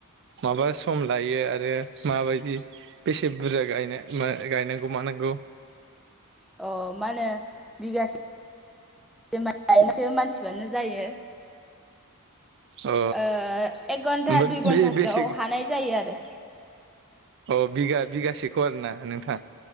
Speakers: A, on the right; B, in the centre.
A: माबा सम लायो आरो माबायदि बेसे बुरजा गाय गायनांगौ मानांगौ गौ
B: अ मा होनो बिगासे <unintelligible> जायो
A: अ
B: ओ एक घन्टा
A: ओमफ्राय
B: दुइ
A: बे
B: घन्टासोआव
A: बेसे
B: हानाय जायो आरो।
A: अ बिगा बिगासेखौ आरोना नोंथां?